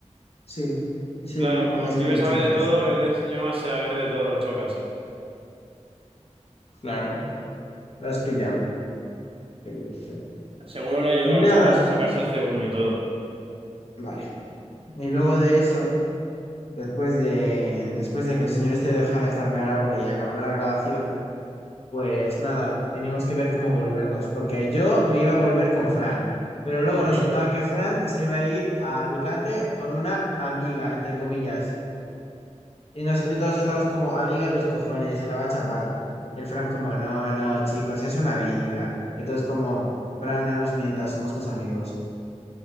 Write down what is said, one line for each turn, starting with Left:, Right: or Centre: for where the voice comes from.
Left: sí, es
Right: Claro,
Left: el maestro
Right: como el pibe
Left: del
Right: sabe
Left: Sotas.
Right: de todo, él le enseñó a saber de todo al Chocas.
Left: Claro, lo has pillado. Perfecto.
Right: Seguro le ayudó
Left: Y
Right: al
Left: nada,
Right: Chocas a sacarse el C1 y todo.
Left: vale. Y luego de eso, después de, después de que el señor este dejara de farmear Aura y acabara la grabación, pues nada, teníamos que ver cómo volvernos, porque yo me iba a volver con Fran, pero luego
Right: Ujú.
Left: resultaba que Fran se iba a ir a Alicante con una amiga, entre comillas. Y, nos, y todos estamos como amiga en los cojones, se la va a chapar. El Fran como, no, no, chicos, es una amiga. Y todos como, Fran, no nos mientas, somos tus amigos.